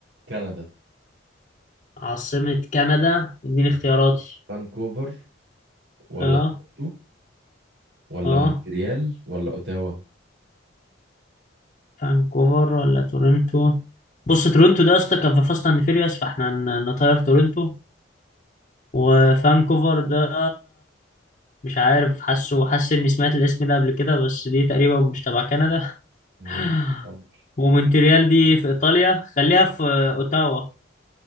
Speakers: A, on the right; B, on the left.
A: كندا
B: عاصمة كندا اديني اختياراتي
A: فانكوفر ولا
B: اه
A: تورنتو ولا
B: اه
A: مونتريال ولا أوتاوا
B: فانكوفر ولا تورنتو بص تورنتو ده يا اسطى كان في فاست اند فيريوس فاحنا ن- نطير تورنتو وفانكوفر ده مش عارف حاسه حاسس اني سمعت الاسم ده قبل كده بس دي تقريبا مش تبع كندا
A: ماشي
B: <laughs> <sighs>
A: كمل.
B: ومونتريال دي في ايطاليا خليها في اوتاوا